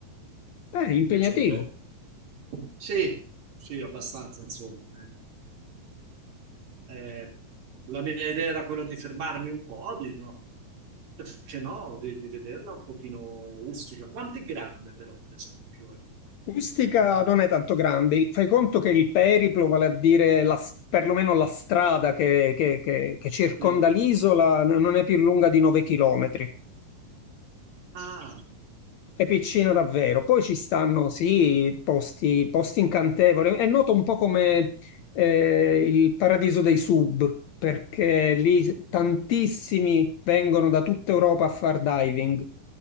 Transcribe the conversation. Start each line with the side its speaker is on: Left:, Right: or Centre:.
Left: È impegnativo.
Right: non sono i ve- Sì, sì, abbastanza, insomma. Eh, eh, la mia idea era quella di fermarmi un po', di, no, perché no, di, di vederla un pochino rustica. Quanto è grande però, per esempio? ecco.
Left: Ustica non è tanto grande, fai conto che il periplo, vale a dire la, s- perlomeno la strada che, che- che- che circonda
Right: Sì.
Left: l'isola, n- non è più lunga di 9 chilometri.
Right: Ah.
Left: È piccino davvero. Poi ci stanno, sì, posti, posti incantevoli. È noto un po' come eh, il paradiso dei sub, perché lì
Right: Mm.
Left: tantissimi vengono da tutta Europa a far diving.